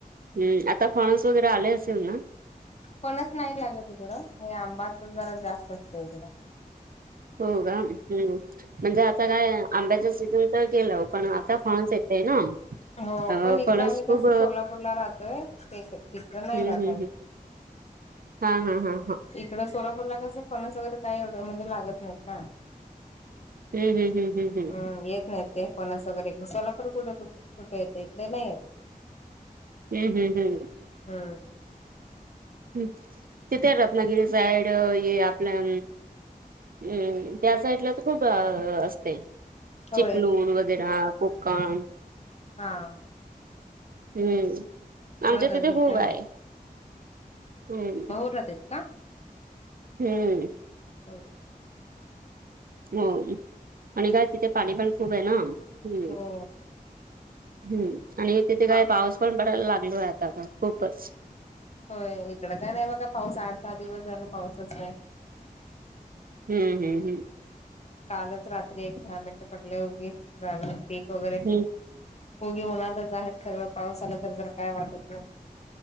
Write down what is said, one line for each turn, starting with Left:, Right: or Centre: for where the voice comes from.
Right: हम् आता फणस वगैरे आले असेल ना
Left: पणच नाही लागत तिकडं आंबाच जरा जास्त असत तकड
Right: हो का ह् म्हणजे आता काय आंब्याचा सीझन तर गेलं पण आता फणच य ते ना
Left: हो
Right: अ
Left: पण इकडे
Right: फणस
Left: आम्ही कस
Right: खूप
Left: सोलापूरला राहतोय ते, नाही
Right: हम्म
Left: राहत
Right: हम्म
Left: आम्ही
Right: हम्म हा हा हा हा
Left: इकडं सोलापुरला कस फनस वगैरे काय एवढं म्हणजे लागत नाहीत ना.
Right: हम्म हम्म हम्म हम्म
Left: हमं येत नाही. ते फनस वगरे कला पण कुठे कु कुठे येते इकडे नाही येत.
Right: हम्म हम हम्
Left: हम्म
Right: ह तिथे रत्नागिरी साईड ये आपल्या. हम्म त्या साइडला तर खूप असते. चिपलूण
Left: होय
Right: वगैरे कोकम.
Left: हा
Right: हम्म आमच्या
Left: मग अजून
Right: तिथे खूप
Left: काय
Right: आहे
Left: म्हणते
Right: हम्म.
Left: भाऊ का
Right: हम्म
Left: हो
Right: हो आणि का तिथे पाणी पण खूप आहे ना. हम्म
Left: हो
Right: हम्म आणि तिथे काय
Left: पा
Right: पाऊस पण पडायला लागलो आहे‌. आताता खूपच.
Left: होय इकड काय नाही बघ पाऊस आठ दहा दिवस झाल पाऊसच नाही.
Right: हम्म हम्म हम्
Left: कालच रात्री एक दहा मिनट पडले उगी जालं पीक वगैरे.
Right: हम्म
Left: पोगे उन्हातच आहेत सगळं पाऊस आलं तर जर काय वाटत.